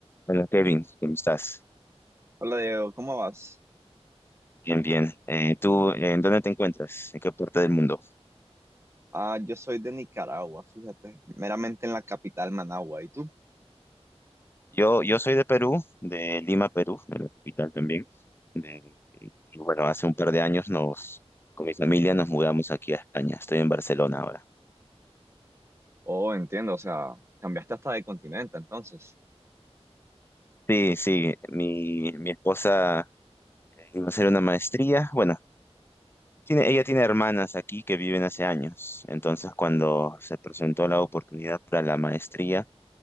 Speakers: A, on the left; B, on the right.
A: Hola Kevin, ¿cómo estás?
B: Hola Diego, ¿cómo vas?
A: Bien, bien. Eh, ¿tú eh, en dónde te encuentras? ¿En qué parte del mundo?
B: Ah, yo soy de Nicaragua, fíjate, meramente en la capital Managua. ¿Y tú?
A: Yo, yo soy de Perú, de Lima, Perú, de la capital también. De- y bueno, hace un par de años nos, con mi familia nos mudamos aquí a España. Estoy en Barcelona ahora.
B: Oh, entiendo, o sea, cambiaste hasta de continente entonces.
A: Sí, sí, mi, mi esposa eh, iba a hacer una maestría. Bueno, tiene, ella tiene hermanas aquí que viven hace años. Entonces, cuando se presentó la oportunidad para la maestría,